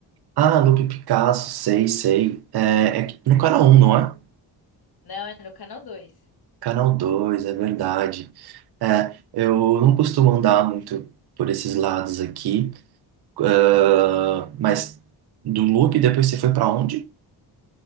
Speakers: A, on the right; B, on the left.
A: Ah, Lupe Picasso, sei, sei. É, é no canal um, não é?
B: Não, é no Canal Dois.
A: Canal 2, é verdade. É, eu não costumo andar muito por esses lados aqui, ah, mas do Lupe depois você foi para onde?